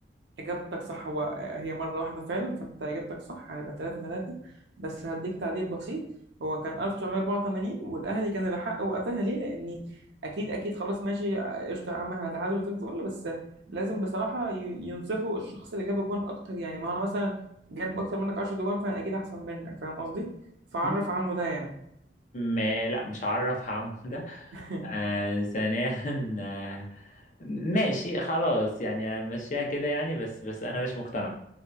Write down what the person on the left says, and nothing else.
مم.
ما لا مش هعرف عم <laughs>
آه ثانيا آه ماشي خلاص يعني مشيها كده يعني بس بس انا مش مقتنع